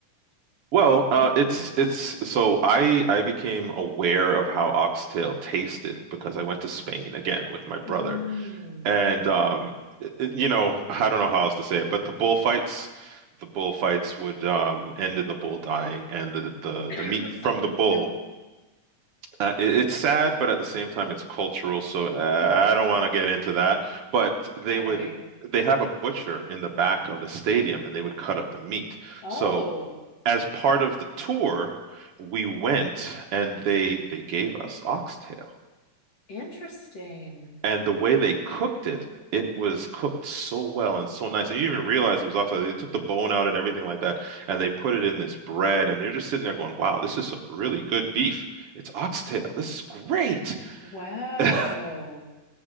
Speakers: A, on the right; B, on the left.
A: Well,
B: No.
A: uh, it's it's so I I became aware of how oxtail tasted because I went to Spain again with my brother,
B: Mm.
A: and um, i- i- you know, I don't know how else to say it, but the bullfights, the bullfights would um, end in the bull dying, and the the
B: <coughs>
A: the meat from the bull
B: No.
A: Uh, it- it's sad, but at the same time, it's cultural, so uh, I don't want to get into that. But they
B: Okay.
A: would they have a butcher in the back of the stadium, and they would cut up the meat.
B: Oh,
A: So as part of the tour, we went and they they gave us oxtail.
B: interesting.
A: And the way they cooked it, it was cooked so well and so nice. And you didn't even realize it was oxtail. They took the bone out and everything like that, and they put it in this bread. And you're just sitting there going, "Wow, this is some really good beef. It's oxtail. This is great."
B: Wow.
A: <laughs>